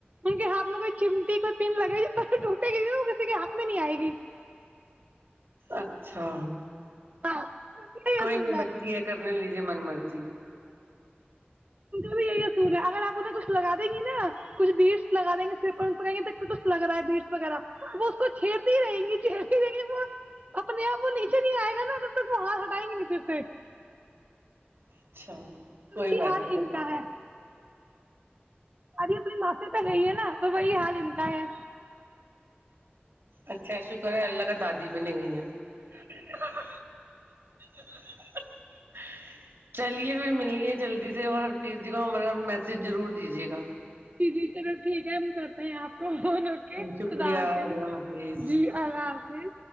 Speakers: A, on the right; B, on the right.
A: ان کے ہاتھ میں کوئی چمٹی کوئی پم لگےی پے ٹوٹے گی وہ کسی کے ہاتھ میں نہیں آئے گی
B: اچھا
A: ہاں یہی
B: کوئی
A: اصول
B: نہیں بچی ہے کر نے لیجے من مرضی ہے
A: بھی یہی اصول ہے اگر آپ انہیں کچھ لگا دیں گی نا کچھ بیٹس لگا دیں گے لگائیں گے کچھ لگ رہا ہے بیٹس وغیرہ وہ اس کو چھیڑتی ہی رہیں گی وہ اپنے آپ وہ ن پ نہیں آئے گا نا مار ہٹائی گ سے
B: اچھا
A: تو
B: کوئی
A: میری
B: بات
A: حال
B: نہیں
A: ان کا ہے سج اپنی ماسیی تو گئی ہے نا تو بی حال ان کا ہے
B: اچھا شکر ہے اللہ کا دادی بنی گئی ہیں <unintelligible> ج چلیے پھر ملے جلدی سے اور ہر پس جی کا ہمارا میسج ضرور دیجیے گا
A: جی چلو ٹھیک ہے کرتے ہیں آپ کو بون ر کے
B: شکریہ
A: خدا
B: اللہ
A: آتے ہیں
B: حافظ
A: جی اللہ حافظ